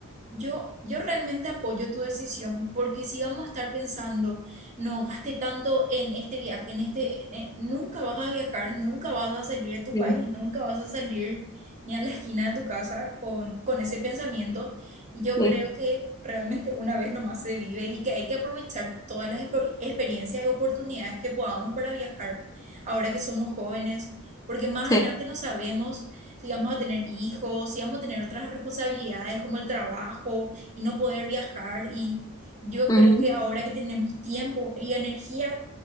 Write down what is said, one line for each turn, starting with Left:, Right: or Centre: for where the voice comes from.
Right: Yo, yo realmente apoyo tu decisión porque si vamos a estar pensando, no gaste tanto en este viaje, en este, en e- nunca vas a viajar, nunca vas a salir de tu
Left: Sí.
Right: país, nunca vas a salir ni a la esquina de tu casa con, con ese pensamiento. Y yo
Left: Sí.
Right: creo que realmente una vez nomás se vive y que hay que aprovechar todas las exper- experiencias y oportunidades que podamos para viajar ahora que somos jóvenes, porque más
Left: Sí.
Right: adelante no sabemos si vamos a tener hijos, si vamos a tener otras responsabilidades como el trabajo y no poder viajar. Y yo
Left: Ujú.
Right: creo que ahora que tenemos tiempo y energía